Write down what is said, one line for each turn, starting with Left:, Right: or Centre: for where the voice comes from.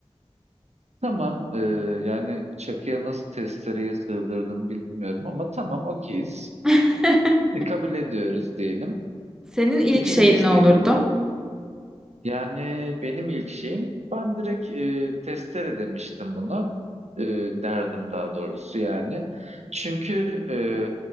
Right: Tamam. e, yani çakıya nasıl testereyi sığdırdın bilmiyorum ama tamam okeyiz.
Centre: <laughs>
Right: E, kabul ediyoruz diyelim.
Centre: Senin ilk
Right: İkinci
Centre: şeyin
Right: isteğin
Centre: ne olurdu?
Right: Yani benim ilk şeyim ben direkt e, testere demiştim bunu E, derdim daha doğrusu yani. Çünkü e,